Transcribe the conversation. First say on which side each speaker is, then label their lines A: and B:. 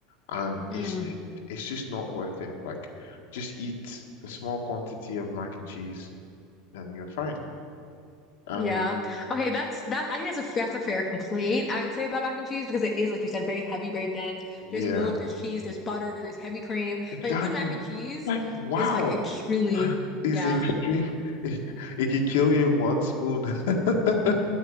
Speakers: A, on the left; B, on the left.
A: and
B: Mm,
A: it's ju- it's just not worth it. Like, just eat a small quantity of mac and cheese, and you're fine. And
B: yeah. Okay, that's that. I think that's a that's a fair complaint. I would say about mac and cheese because it is, like you said, very heavy, very dense.
A: yeah,
B: There's milk, there's cheese, there's butter, there's heavy cream.
A: exactly.
B: Like a good mac and cheese
A: Like, wow,
B: is like extremely,
A: is
B: yeah.
A: extreme. <laughs> It, it can kill you in one spoon. <laughs>